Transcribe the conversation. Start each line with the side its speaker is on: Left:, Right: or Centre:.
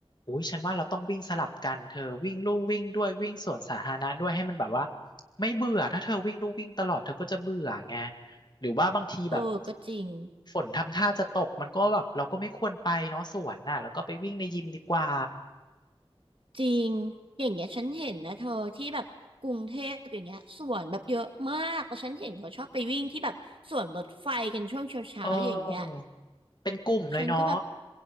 Left: อุ้ยฉันว่าเราต้องวิ่งสลับกันเธอวิ่งลู่วิ่งด้วยวิ่งสวนสาธารณะด้วยให้มันแบบว่าไม่เบื่อถ้าเธอวิ่งลู่วิ่งตลอดเธอก็จะเบื่อไงหรือว่าบางทีแบบ
Right: เออก็จริง
Left: ฝนทำท่าจะตกมันก็แบบเราก็ไม่ควรไปเนาะสวนน่ะแล้วก็ไปวิ่งในยิมดีกว่า
Right: จริงอย่างเงี้ยฉันเห็นนะเธอที่แบบกรุงเทพอย่างเงี้ยสวนแบบเยอะมากแล้วฉันเห็นเขาชอบไปวิ่งที่แบบสวนรถไฟกันช่วงเช้าๆอย่างเงี้ย
Left: เออเป็นกลุ่มเลยเนาะ
Right: ฉันก็แบบ